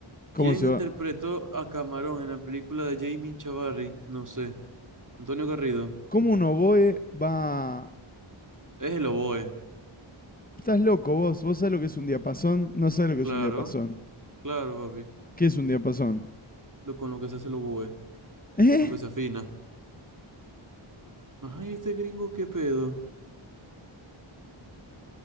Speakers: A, on the left; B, on the right.
A: ¿Cómo
B: ¿Quién
A: se
B: interpretó
A: va?
B: a Camarón en la película de Jamie Chavarri? No sé. Antonio Garrido.
A: ¿Cómo un oboe va?
B: Es el oboe.
A: Estás loco vos, vos sabés lo que es un diapasón, no sabés lo que
B: Claro,
A: es un diapasón.
B: claro, papi.
A: ¿Qué es un diapasón?
B: Lo, con lo que se hace el oboe.
A: ¿Eh?
B: Lo que se afina. ¡Ay, este gringo, qué pedo!